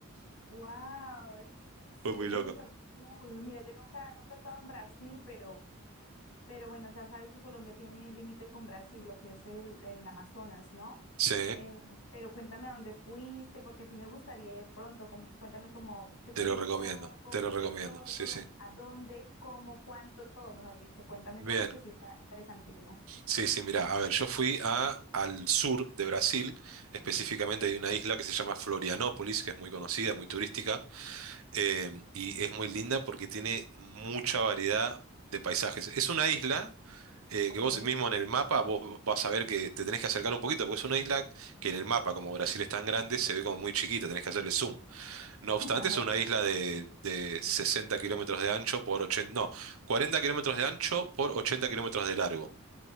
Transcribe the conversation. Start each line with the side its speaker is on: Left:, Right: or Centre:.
Left: Wow, eso se
Right: Fue
Left: escucha
Right: muy loco.
Left: súper cool. Mira, yo nunca, nunca he estado en Brasil, pero Pero bueno, ya sabes que Colombia tiene límite con Brasil, lo que es el, el Amazonas, ¿no?
Right: Sí,
Left: Eh, pero cuéntame a dónde fuiste, porque sí me gustaría ir pronto. com- Cuéntame como qué te
Right: te lo
Left: gustó
Right: recomiendo, te lo recomiendo.
Left: de todo,
Right: Sí, sí.
Left: a dónde, cómo, cuánto, todo, mejor dicho. Cuéntame
Right: Bien.
Left: todo porque sí está interesantísimo.
Right: Sí, sí, mira, a ver, yo fui a, al sur de Brasil, específicamente hay una isla que se llama Florianópolis, que es muy conocida, muy turística, eh, y es muy linda porque tiene mucha variedad de paisajes. Es una isla eh,
Left: Ok,
Right: que vos mismo en el mapa vos vas a ver que te tenés que acercar un poquito, porque es una isla que en el mapa, como Brasil es tan grande, se ve como muy chiquita, tenés que hacerle zoom. No obstante,
Left: ajá,
Right: es una
Left: ok.
Right: isla de, de 60 kilómetros de ancho por 80, no, 40 kilómetros de ancho por 80 kilómetros de largo.